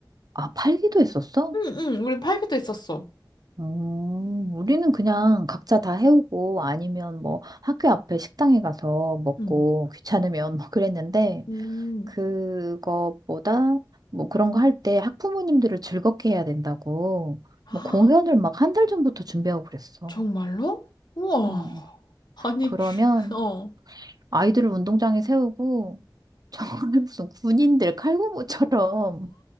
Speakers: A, on the right (about 55°); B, on the left (about 70°).
A: 아, 팔기도 했었어?
B: 응, 응, 우린 팔기도 했었어.
A: 음, 우리는 그냥 각자 다 해오고 아니면 뭐 학교 앞에 식당에 가서 먹고
B: 응.
A: 귀찮으면 <laughs> 뭐 그랬는데
B: 음.
A: 그것보다 뭐 그런 거 할 때 학부모님들을 즐겁게 해야 된다고
B: 아,
A: 뭐 공연을 막 한 달 전부터 준비하고 그랬어.
B: 정말로? 우와.
A: 음.
B: 아니,
A: 그러면
B: <laughs> 어.
A: 아이들을 운동장에 세우고 정말 <laughs> 무슨 군인들 칼군무처럼